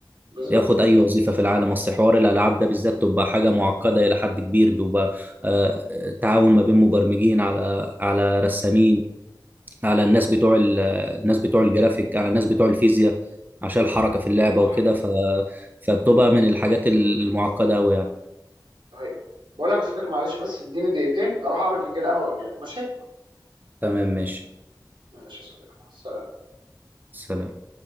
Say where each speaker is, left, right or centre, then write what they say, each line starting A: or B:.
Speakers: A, on the right; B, on the right.
A: بالظبط
B: ياخد اي وظيفه في العالم اصل حوار الالعاب ده بالذات تبقى حاجه معقده الى حد كبير بيبقى آه، تعاون ما بين مبرمجين على على رسامين على الناس بتوع ال- الناس بتوع الجرافيك على الناس بتوع الفيزياء عشان الحركة في اللعبة
A: صح
B: وكده ف...
A: صح
B: فبتبقى من الحاجات المعقدة أوي يعني
A: صحيح بقول لك يا صديقي معلش بس اديني دقيقتين اروح اعمل فنجان قهوه واجي لك ماشي
B: تمام ماشي
A: ماشي يا صديقي مع السلامه
B: سلام